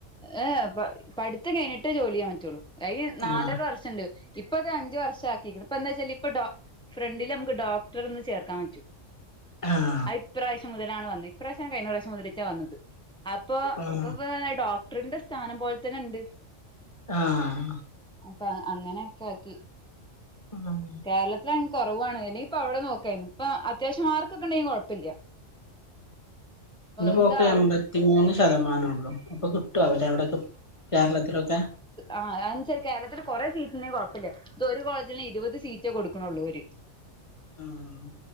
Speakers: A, in the centre; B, on the left.
A: ഏഹ് പ പടിത്തം കഴിഞ്ഞിട്ട് ജോലി ചെയ്യാൻ പറ്റുള്ളു അതിന് നാലര
B: ആഹ്
A: വർഷണ്ട് ഇപ്പൊ അത് അഞ്ചുർഷ ആക്കിയി ഇപ്പ എന്താ വെച്ചാൽ ഇപ്പൊ ഫ്രണ്ടില് നമുക്ക് ഡോക്ടർ എന്ന് ചേർക്കാൻ പറ്റും
B: ആഹ്
A: ആയിപ്രാവശ്യം മുതലാണ് വന്നത് ഇപ്രാവശ്യമാണ് കഴിഞ്ഞ പ്രാവശ്യം മുതലേട്ടാ വന്നത് അപ്പൊ
B: ആഹ്
A: അപ്പോ പ്പോ ഡോക്ടറിന്റെ സ്ഥാനം പോലെ തന്നെ ഉണ്ട്
B: ആഹ്
A: അപ്പൊ അങ്ങനെയൊക്കെ ആക്കി
B: ഉം
A: കേരളത്തി,, കുറവാണ് ഇനിപ്പോ അവിടെ നോക്കുവായിരുന്നു ഇപ്പ അത്യാവ്യം മാർക്ക ഉണ്ടെങ്കിൽ കുഴപ്പമില്ല
B: ഇന്റെുമോക്ക്
A: എന്താ
B: എമ്പത്തിമൂന്ന് ശതമാനം ഉള്ളു അപ്പൊ കിട്ടോ അവര് അവിടെൊക്കെ കേരളത്തിലൊക്കെ
A: ആഹ് അതന്നുവെച്ചാൽ കേരളത്തിത്തില് കുറെേ സീറ്റിന് കുഴപ്പമില്ല ഇത് ഒരു കോളേജിന് ഇരുപത് സീറ്റ കൊടുക്കണള്ളൂര്
B: ആഹ്